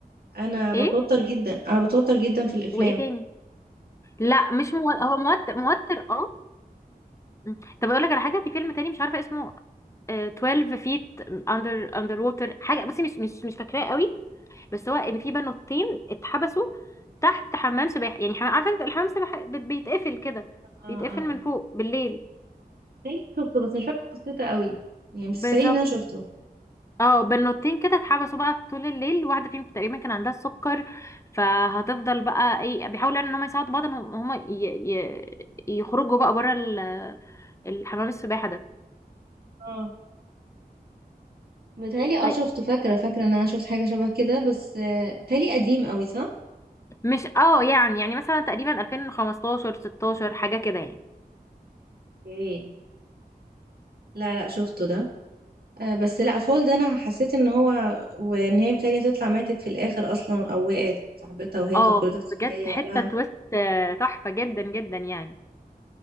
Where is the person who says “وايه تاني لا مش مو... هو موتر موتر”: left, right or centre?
Left